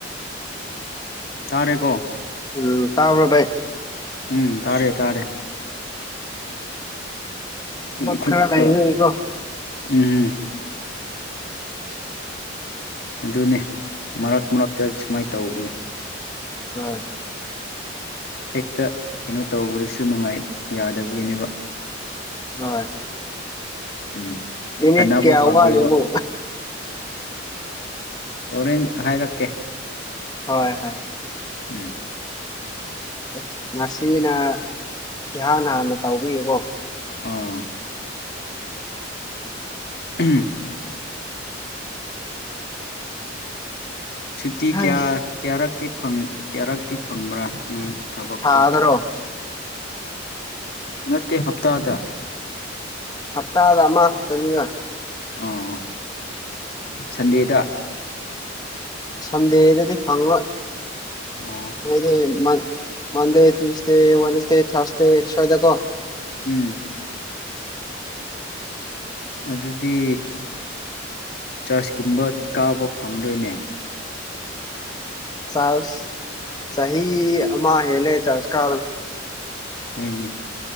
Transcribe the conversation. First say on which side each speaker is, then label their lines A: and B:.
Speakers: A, on the left; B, on the left.
A: ꯇꯥꯔꯦꯀꯣ
B: ꯎꯝ ꯇꯥꯕ꯭ꯔꯣ ꯚꯥꯏ
A: ꯎꯝ ꯇꯥꯔꯦ ꯇꯥꯔꯦ
B: ꯊꯕꯛ
A: ꯈꯨꯠ
B: ꯈꯔ ꯂꯩꯕꯒꯤꯀꯣ
A: ꯑ ꯎꯝ <unintelligible> ꯑꯗꯨꯅꯤ ꯃꯔꯛ ꯃꯔꯛꯇ ꯁꯨꯃꯥꯏꯅ ꯇꯧꯕꯅꯦ
B: ꯍꯣꯏ
A: ꯍꯦꯛꯇ ꯀꯩꯅꯣ ꯇꯧꯕꯗꯁꯨ ꯅꯨꯡꯉꯥꯏ ꯌꯥꯗꯕꯒꯤꯅꯦꯕ
B: ꯍꯣꯏ
A: ꯎꯝ
B: ꯅꯤꯠ
A: ꯈꯟꯅꯕ
B: ꯀꯌꯥ
A: ꯐꯪꯂꯣꯏꯕ
B: ꯑ ꯋꯥ ꯂꯩꯦꯕꯣ
A: ꯑꯣꯣꯔꯦꯟ ꯍꯥꯏꯔꯛꯀꯦ
B: ꯍꯣꯏ ꯍꯣꯏ
A: ꯎꯝ
B: ꯑ ꯉꯁꯤꯅ ꯏꯍꯥꯟ ꯍꯥꯟꯅ ꯇꯧꯕꯕꯤꯔꯕꯣ
A: ꯑꯥ ꯎꯝ ꯁꯨꯇꯤ
B: ꯑꯁ
A: ꯀꯌꯥ ꯀꯌꯥꯔꯛꯇꯤ ꯀꯌꯥꯔꯛꯇꯤ ꯐꯪꯕ꯭ꯔꯥ ꯅꯪ ꯊꯕꯛꯇꯣ
B: ꯊꯥꯗꯔꯣ
A: ꯅꯠꯇꯦ ꯍꯞꯇꯥꯗ
B: ꯍꯞꯇꯥꯗ ꯑꯃ ꯈꯛꯇꯅꯤꯅ
A: ꯑꯥ ꯁꯟꯗꯦꯗ
B: ꯁꯗꯦꯗꯗꯤ ꯐꯪꯉ
A: ꯑꯣ
B: ꯐ ꯃ ꯃꯗ ꯦ ꯋꯥꯟꯁꯦ ꯊ꯭ꯔꯥꯁꯇꯦ ꯁꯋꯥꯗ ꯀꯣ
A: ꯎꯝ ꯑꯗꯨꯗꯤ ꯆꯥꯔꯖꯀꯨꯝꯕ ꯀꯥꯕ ꯐꯪꯂꯔꯣꯏꯅꯦ
B: ꯁꯥ ꯁꯍꯤ ꯑꯃ ꯍꯦꯂꯦ ꯆꯁꯀꯥ
A: ꯍꯣꯏꯅꯦ